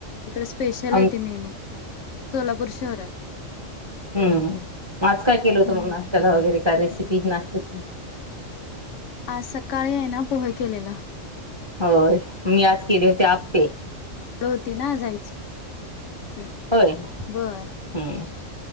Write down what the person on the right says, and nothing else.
आम
हम्म आज काय केलं होतं
मग नाष्ट्त्याला वगैरे रेसिपी नाष्ट्ताची
होय मी आज केले होते आपपे
होय
हम्म